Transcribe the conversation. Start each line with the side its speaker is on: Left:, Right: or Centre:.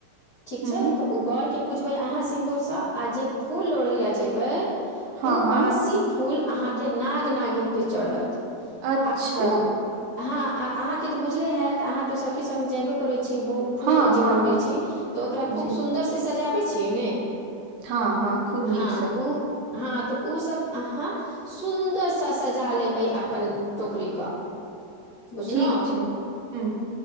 Left: ठीक
Right: हूँ
Left: छै तऽ ओ गौर के पूजबै अहाँ सिन्दूर से आ जे फूल लोढ़े ले जेबै ओ
Right: हँ हँ
Left: बासी फूल अहाँके नाग नागिन पे चढ़त
Right: अच्छा
Left: आ खूब हँ अहाँके तऽ बुझले हयैत अहाँ तऽ सखी सङ्ग जेयबे करैत छी फूल
Right: हँ
Left: जे
Right: हँ
Left: लोढ़ै छी तऽ ओकरा खूब
Right: जी
Left: सुन्दरसँ सजाबै छियै ने
Right: हँ हँ खूब नीकसँ
Left: हँ उ हँ तऽ ओ सब अहाँ सुन्दरसँ सजा लेबै अपन टोकरीके बुझलौं
Right: ठीक छै हुँ